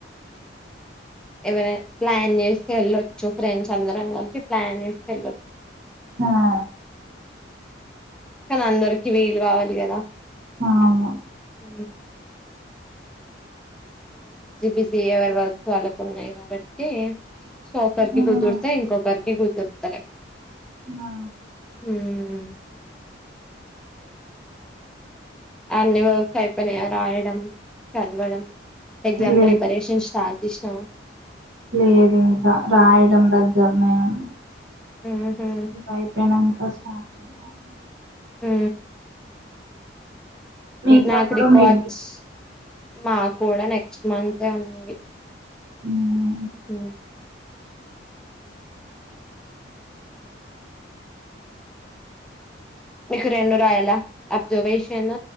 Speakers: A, in the centre; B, on the right.
A: ఎవరైనా ప్లాన్ చేస్త వెళ్ళొచ్చు ఫ్రెండ్స్ అందరం కలిసి ప్లాన్ చేస్త వెళ్ళొచ్చు
B: ఆా
A: కానీ అందరికి వీలు కావాలి కదా
B: అను
A: ఉ బిజీ ఎవరి వర్క్స్ వాళ్ళకు ఉన్నాయి కాబట్టి సో ఒకరికి
B: హ్మ్.
A: కుదిరితే ఇంకొకరికి కుదురుతలే
B: ఆ!
A: మ్మ్ అన్ని చయిపోయినయ రాయడం చదవడం ఎగ్జామ్
B: లే
A: ప్రిపరేషన్ స్పాట్ చేశినవా
B: లేదు ఇంకా రాయడం దగ్గరనే ఉంది
A: ఉహు
B: అయిపోయిన ఇంకా స్టార్ట్ చెయ్యాలి
A: ఆ
B: మీకెప్పుడు
A: నాకు రికార్డ్స్
B: మిడ్
A: మా కూడా నెక్స్ట్ మంతే ఉన్నది
B: హ్మ్.
A: హ మీకు రెండు రాయాల అబ్జర్వేషన్